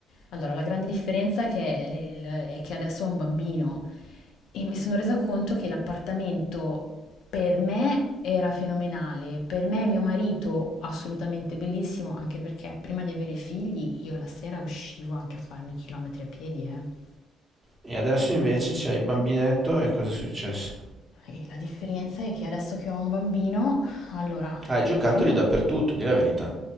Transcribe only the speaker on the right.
E adesso invece c'hai il bambinetto e cosa è successo?
Hai
giocattoli
dappertutto, di la verità.